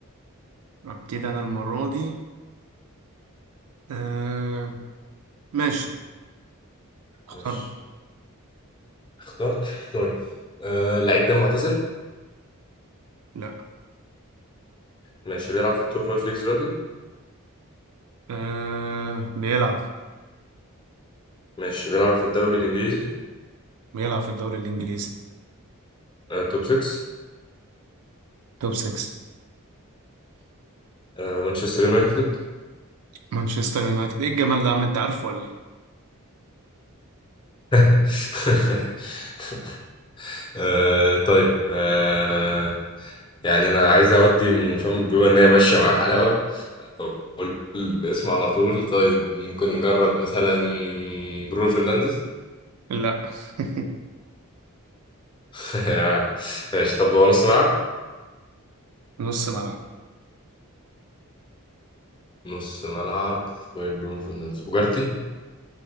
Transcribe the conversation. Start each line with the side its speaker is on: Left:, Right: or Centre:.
Right: ابتدي انا المره دي أه ماشي اختار
Left: ماشي اخترت طيب آه اللعيب ده معتزل
Right: لا
Left: ماشي بيلعب في التوب فايف ليجز دلوقتي
Right: أه بيلعب
Left: ماشي بيلعب في الدوري الانجليزي
Right: بيلعب في الدوري الانجليزي
Left: آه توب 6
Right: توب 6
Left: آه مانشستر يونايتد
Right: مانشستر يونايتد ايه الجمال ده يا عم انت عارفه ولا ايه
Left: <laughs> آه طيب آه يعني انا عايز اودي من فم بما ان هي ماشيه معاه حلاوه اقول الاسم على طول طيب ممكن نجرب مثلا برونو فرنانديز
Right: لا <laughs>
Left: <laughs> ماشي طب هو نص ملعب
Right: نص ملعب
Left: نص ملعب غير برونو فرنانديز اوجارتي